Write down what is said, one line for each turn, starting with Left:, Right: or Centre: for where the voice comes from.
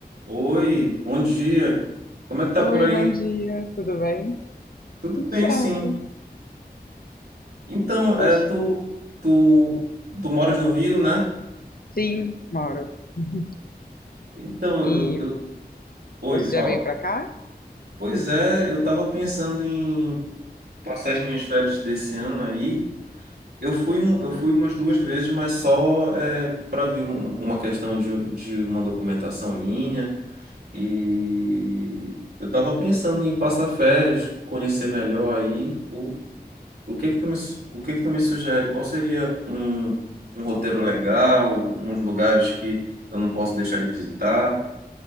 Right: Oi, bom dia. Como é que tá
Left: Oi,
Right: por aí?
Left: bom dia, tudo bem?
Right: Tudo
Left: Tudo
Right: bem,
Left: certo.
Right: sim. Então,
Left: Você...
Right: é, tu, tu, tu moras no Rio, né?
Left: Sim, moro. <laughs>
Right: Então,
Left: E
Right: eu, eu... Oi,
Left: você
Right: fala.
Left: já veio pra cá?
Right: Pois é, eu tava pensando em passar as minhas férias desse ano aí. Eu fui, um, eu fui umas duas vezes, mas só é, para ver um- uma questão de, de uma documentação minha. E eu tava pensando em passar férias, conhecer melhor aí o O que que tu me, su- o que que tu me sugere? Qual seria um, um roteiro legal, uns lugares que eu não posso deixar de visitar?